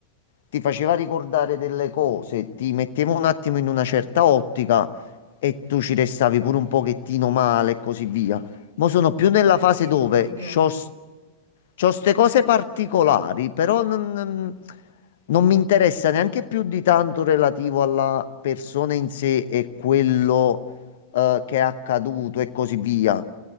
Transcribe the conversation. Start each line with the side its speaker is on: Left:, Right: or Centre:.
Left: ti faceva ricordare delle cose, ti metteva un attimo in una certa ottica e tu ci restavi pure un pochettino male e così via. Ma sono più
Right: quindi
Left: nella
Right: ti capito
Left: fase dove
Right: anche.
Left: c'ho C'ho queste cose particolari, però non, non- non mi interessa neanche più di tanto relativo alla persona in sé e quello eh, che è accaduto e così via.